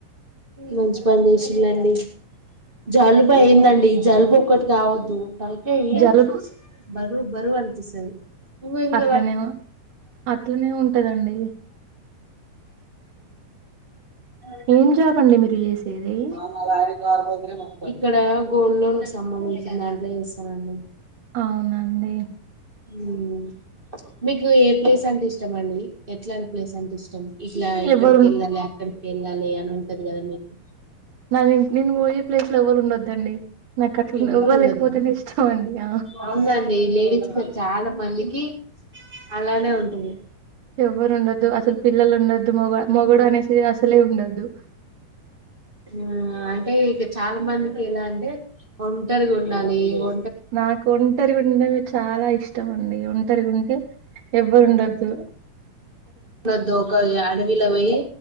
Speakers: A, on the right; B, on the right.
A: మంచి పని చేసిల్లండి. జలుబు అయిందండి. జలుబు ఒక్కటి కావద్దు. తలకాయి.
B: జలుబు
A: బరువు బరువు అనిపిస్తది. <inaudible> హ్మ్
B: అట్లనే అట్లనే ఉంటదండి
A: <unintelligible>
B: ఏం జాబ్ అండి మీరు చేసేది
A: వాళ్ళ ఆయన కారు తోల్తేనే నొస్తది. ఇక్కడ గోల్డ్ లోన్ కు సంబంధించిన దాంట్లే చేస్తనండి.
B: అవునండి
A: హ్మ్, మీకు ఏ ప్లేస్ అంటే ఇష్టం అండి ఎట్లాంటి ప్లేస్ అంటే ఇష్టం. ఇట్లా ఇక్కడికి
B: ఎవరు
A: వెళ్ళాలి. అక్కడికి వెళ్ళాలి అని ఉంటది కదా మీకు.
B: నాది, నేను పోయే ప్లేస్ లో ఎవలు ఉండొద్దండి. నాకు అట్లా
A: ఎవ్వరుండదా,
B: ఎవ్వరు లేకపోతేనే ఇష్టం అండి ఆ
A: అవునండి లేడీస్ కో చా. చాలా మందికి అలానే ఉంటుంది.
B: ఎవరు ఉండద్దు. అసలు పిల్లలు ఉండొద్దు. మొగ మొగడు అనేసి అసలే ఉండద్దు.
A: హూ, అంటే ఇక చాలా మందికి ఎలా అంటే ఒంటరిగా ఉండాలి ఒ.
B: నాకు ఒంటరిగా ఉంటే. చాలా ఇష్టం అండి ఒంటరిగా ఉంటే. ఎవ్వరు ఉండద్దు.
A: దు ఒక అడవిలో పోయి